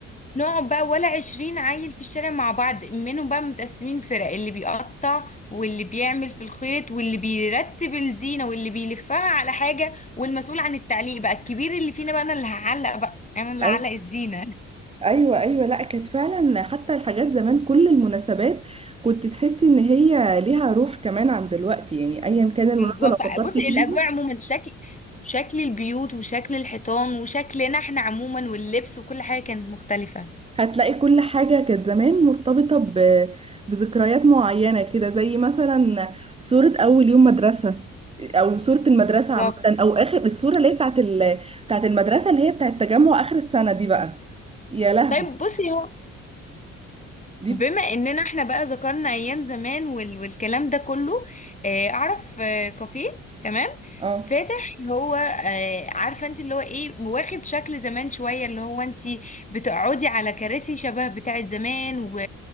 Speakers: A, on the left; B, on the right.
A: نقعد بقى ولا عشرين عيل في الشارع مع بعض منهم بقى متقسمين فرق اللي بيقطع واللي بيعمل في الخيط واللي بيرتب الزينة واللي بيلفها على حاجة والمسؤول عن التعليق بقى الكبير اللي فينا بقى انا اللي هعلق بقى انا اللي
B: أي-
A: هعلق الزينة <laughs>
B: ايوه ايوه لا كانت فعلا حتى الحاجات زمان كل المناسبات كنت تحسي ان هي ليها روح كمان عن دلوقتي يعني ايا كان
A: بالظبط
B: المناسبه لو فكرتي
A: بصي
B: فيها
A: الاجواء عموما شكل شكل البيوت وشكل الحيطان وشكلنا احنا عموما واللبس وكل حاجة كانت مختلفة
B: هتلاقي كل حاجه كانت زمان مرتبطه ب... بذكريات معينه كده زي مثلا صوره اول يوم مدرسه او صوره المدرسه
A: بالظبط
B: عامه او اخر الصوره اللي هي بتاعت ال... بتاعت المدرسه اللي هي بتاعت تجمع اخر السنه دي بقى يا لهوي
A: طيب بصي هو
B: دي
A: بما اننا احنا بقى ذكرنا ايام زمان وال... والكلام ده كله آه، اعرف آه، كافيه تمام
B: اه
A: فاتح هو آه، عارفه انت اللي هو ايه واخد شكل زمان شويه اللي هو انت بتقعدي على كراسي شبه بتاعه زمان و...